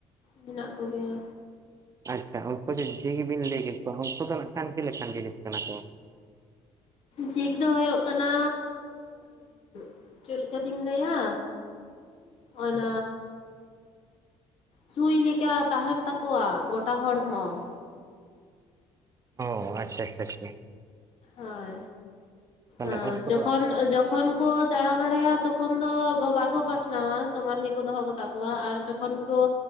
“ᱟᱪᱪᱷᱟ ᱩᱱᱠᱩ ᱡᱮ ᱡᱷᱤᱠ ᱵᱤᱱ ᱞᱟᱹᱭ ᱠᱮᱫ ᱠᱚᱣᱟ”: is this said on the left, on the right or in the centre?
Right